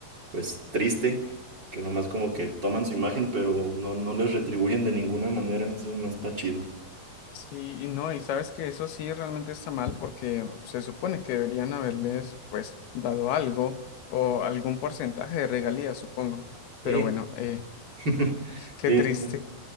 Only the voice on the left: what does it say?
Sí, y no, y sabes que eso sí realmente está mal porque se supone que deberían haberles pues dado algo o algún porcentaje de regalías, supongo.
Pero bueno, eh,
qué
triste.